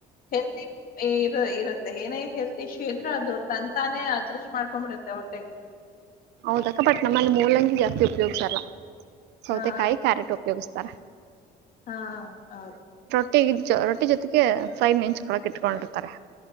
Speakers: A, on the left (about 60°); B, on the right (about 85°).
A: ಹೆಲ್ತು ಇರುತ್ ಏನೇ ಹೆಲ್ ಕ್ಷೇತ್ರ ಅದು ತಂತಾನೆ ಅದು ಮಾಡ್ಕೊಂಡ್ಬಿಡತ್ತೆ ಹೊಟ್ಟೆೆಗೆ
B: ಹೌದಕ್ಕ ಬಟ್ ನಮ್ಮಲ್ಲಿ ಮೂಳ್ಳಂಗಿ ಜಾಸ್ತಿ ಉಪಯೋಗ್ಸಲ್ಲ ಸೌತೆಕಾಯಿ
A: ಹಾ
B: ಕ್ಯಾರೆಟ್ ಉಪಯೋಗಸ್ ತ್ತರ
A: ಹಾ ಹ ಹೌದು
B: <unintelligible> ರೊಟ್ಟಿ ಜೊತೆಗೆ ಫ್ರೈನ್ ನೆಂಚ್ಕಳಕ್ ಇಟ್ಕೊಂಡಿರ್ತಾರೆ